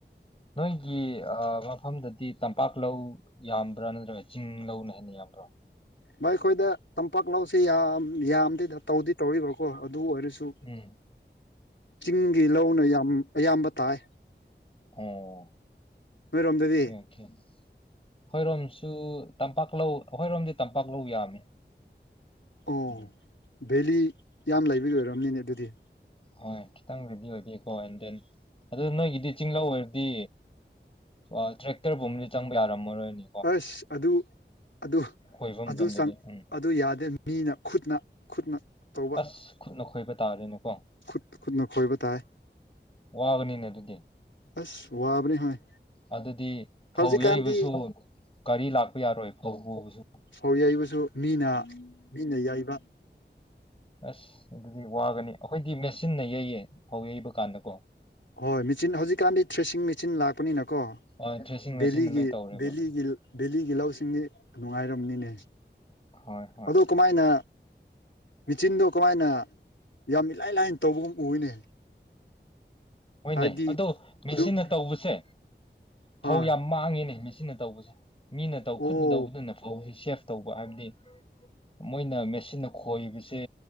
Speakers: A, on the left; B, on the left.
A: ꯅꯣꯏꯒꯤ ꯑꯥ ꯃꯐꯝꯗꯗꯤ ꯇꯝꯄꯥꯛ ꯂꯧ ꯌꯥꯝꯕ꯭ꯔꯥ ꯅꯠꯇ꯭ꯔꯒ ꯆꯤꯡ ꯂꯧꯅ ꯍꯦꯟꯅ ꯌꯥꯝꯕ꯭ꯔꫭ꯫
B: ꯕꯥꯏ ꯑꯩꯈꯣꯏꯗ ꯇꯝꯄꯥꯛ ꯂꯧꯁꯤ ꯌꯥꯝ ꯌꯥꯝꯗꯦꯗ ꯇꯧꯗꯤ ꯇꯧꯔꯤꯕ꯭ꯔꯣꯀꯣ ꯑꯗꯨ ꯑꯣꯏꯔꯁꯨ ꯁꯨ
A: ꯎꯝ
B: ꯆꯤꯡꯒꯤ ꯂꯧꯅ ꯌꯥꯝ ꯑꯌꯥꯝꯕ ꯇꯥꯏ꯫
A: ꯑꯣ
B: ꯅꯣꯏꯔꯣꯝꯗꯗꯤ
A: ꯈꯦ ꯈꯦ ꯑꯩꯈꯣꯏꯔꯣꯝꯁꯨ ꯇꯝꯄꯥꯛꯂꯧ ꯑꯩꯈꯣꯏꯔꯣꯝꯗꯤ ꯇꯝꯄꯥꯛꯂꯧ ꯌꯥꯝꯃꯤ
B: ꯑꯣ
A: ꯎꯝ
B: ꯚꯦꯂꯤ ꯌꯥꯝ ꯂꯩꯕꯒꯤ ꯑꯣꯏꯔꯝꯅꯤꯅꯦ ꯑꯗꯨꯗꯤ
A: ꯍꯣꯏ ꯈꯤꯇꯪ ꯔꯦꯗꯤ ꯑꯣꯏꯗꯦꯀꯣ ꯑꯦꯟ ꯗꯦꯟ ꯑꯗꯣ ꯅꯣꯏꯒꯤꯗꯤ ꯆꯤꯡꯂꯧ ꯑꯣꯏꯔꯗꯤ ꯑꯣ ꯇ꯭ꯔꯦꯛꯇꯔꯒꯨꯝꯕꯗꯤ ꯆꯪꯕ ꯌꯥꯔꯝꯃꯔꯣꯏꯅꯦ
B: ꯑꯁ ꯑꯗꯨ ꯑꯗꯨ
A: ꯈꯣꯏꯕ ꯃꯇꯝꯗꯗꯤ
B: ꯑꯗꯨ ꯆꯪ
A: ꯎꯝ
B: ꯑꯗꯨ ꯌꯥꯗꯦ ꯃꯤꯅ ꯈꯨꯠꯅ ꯈꯨꯠꯅ ꯇꯧꯕ
A: ꯑꯁ ꯈꯨꯠꯅ ꯈꯣꯏꯕ ꯇꯥꯔꯦꯅꯦꯀꯣ
B: ꯈꯨꯠ ꯈꯨꯠꯅ ꯈꯣꯏꯕ ꯇꯥꯏ
A: ꯋꯥꯕꯅꯤꯅꯦ ꯑꯗꯨꯗꯤ
B: ꯑꯁ ꯋꯥꯕꯅꯤ ꯍꯣꯏ
A: ꯑꯗꯨꯗꯤ ꯐꯧ
B: ꯍꯧꯖꯤꯛꯀꯥꯟꯗꯤ
A: ꯌꯩꯕꯁꯨ ꯒꯥꯔꯤ ꯂꯥꯛꯄ ꯌꯥꯔꯣꯏ ꯐꯧ ꯄꯨꯕꯁꯨ
B: ꯐꯧ ꯌꯩꯕꯁꯨ ꯃꯤꯅ ꯃꯤꯅ ꯌꯥꯩꯕ
A: ꯑꯁ ꯑꯗꯨꯗꯤ ꯋꯥꯒꯅꯤ ꯑꯩꯈꯣꯏꯗꯤ ꯃꯦꯆꯤꯟꯅ ꯌꯩꯌꯦ ꯐꯧ ꯌꯩꯕ ꯀꯥꯟꯗ ꯀꯣ
B: ꯍꯣꯏ ꯃꯦꯆꯤꯟ ꯍꯧꯖꯤꯛꯀꯥꯟꯗꯤ ꯊ꯭ꯔꯦꯁꯤꯡ ꯃꯦꯆꯤꯟ ꯂꯥꯛꯄꯅꯤꯅꯀꯣ
A: ꯑ ꯊ꯭ꯔꯦꯁꯤꯡ ꯃꯦꯆꯤꯟꯅ
B: ꯕꯦꯂꯤꯒꯤ
A: ꯂꯣꯏ ꯇꯧꯔꯦꯕ
B: ꯕꯦꯂꯤꯒꯤ ꯕꯦꯂꯤꯒꯤ ꯂꯧꯁꯤꯡꯗꯤ ꯅꯨꯡꯉꯥꯏꯔꯝꯅꯤꯅꯦ
A: ꯍꯣꯏ ꯍꯣꯏ
B: ꯑꯗꯣ ꯀꯃꯥꯏꯅ ꯃꯦꯆꯤꯟꯗꯣ ꯀꯃꯥꯏꯅ ꯌꯥꯝ ꯏꯂꯥꯏ ꯂꯥꯏꯅ ꯇꯧꯕꯒꯨꯝ ꯎꯏꯅꯦ
A: ꯍꯣꯏꯅꯦ
B: ꯍꯥꯏꯕꯗꯤ
A: ꯑꯗꯣ ꯃꯦꯆꯤꯟꯅ
B: ꯑꯗꯨꯝ
A: ꯇꯧꯕꯁꯦ
B: ꯍꯣꯏ
A: ꯐꯧ ꯌꯥꯝ ꯃꯥꯡꯉꯦꯅꯦ ꯁꯤꯅ ꯇꯧꯕꯁꯦ ꯃꯤꯅ ꯇꯧ
B: ꯑꯣ
A: ꯈꯨꯠꯅ ꯇꯧꯕꯗꯨꯅꯦ ꯐꯧꯁꯤ ꯁꯦꯐ ꯇꯧꯕ ꯍꯥꯏꯕꯗꯤ ꯃꯣꯏꯅ ꯃꯦꯆꯤꯟꯅ ꯈꯣꯏꯕꯁꯦ